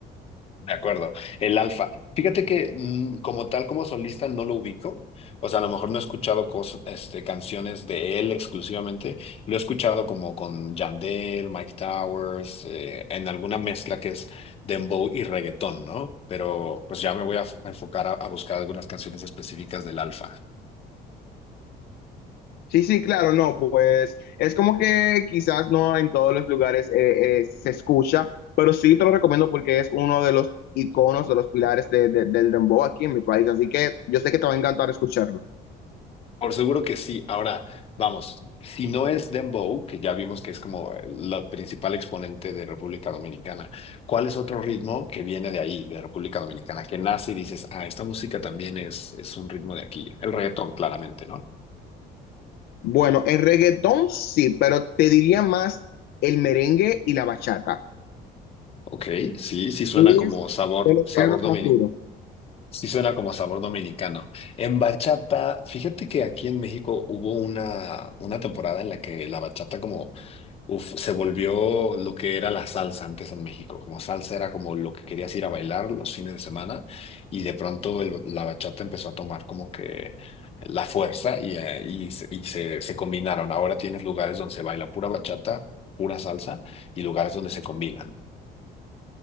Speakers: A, on the left; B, on the left.
A: De acuerdo, el Alfa. Fíjate que mm, como tal, como solista, no lo ubico. O sea, a lo mejor no he escuchado cos- este, canciones de él exclusivamente. Lo he escuchado como con Yandel, Mike Towers, eh, en alguna mezcla que es dembow y reggaetón, ¿no? Pero pues ya me voy a f- a enfocar a, a buscar algunas canciones específicas del Alfa.
B: Sí, sí, claro, no, pues es como que quizás no en todos los lugares eh, eh, se escucha, pero sí te lo recomiendo porque es uno de los iconos, de los pilares de- de- del dembow aquí en mi país, así que yo sé que te va a encantar escucharlo.
A: Por seguro que sí. Ahora, vamos, si no es Dembow, que ya vimos que es como la principal exponente de República Dominicana, ¿cuál es otro ritmo que viene de ahí, de República Dominicana, que nace y dices, ah, esta música también es, es un ritmo de aquí? El reggaetón, claramente, ¿no?
B: Bueno, el reggaetón sí, pero te diría más el merengue y la bachata.
A: Ok, sí, sí suena
B: Es
A: como sabor,
B: de los
A: sabor
B: géneros
A: dominic,
B: más duros.
A: sí suena como sabor dominicano. En bachata, fíjate que aquí en México hubo una, una temporada en la que la bachata como Uf, se volvió lo que era la salsa antes en México. Como salsa era como lo que querías ir a bailar los fines de semana y de pronto el- la bachata empezó a tomar como que la fuerza y, eh, y se, y se- se combinaron. Ahora tienes lugares donde se baila pura bachata, pura salsa y lugares donde se combinan.